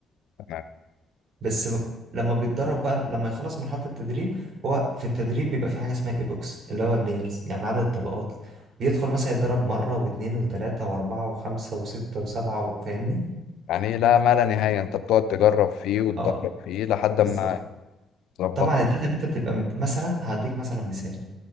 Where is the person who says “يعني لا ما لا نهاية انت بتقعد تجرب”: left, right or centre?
Left